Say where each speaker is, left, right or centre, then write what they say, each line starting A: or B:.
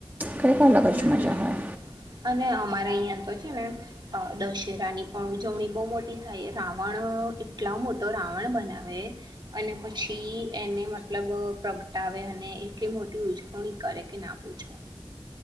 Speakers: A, on the right; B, on the right.
A: કંઈક અલગ
B: હમ
A: જ મજા હોય.
B: અને અમારે અહિયાં તો છે ને અ દશેરા ની પણ ઉજવણી બહુ મોટી થાય. રાવણ એટલો મોટો રાવણ બનાવે અને પછી એને મતલબ પ્રગ ટાવે અને એટલી મોટી ઉજવણી કરે કે ના પૂ છો.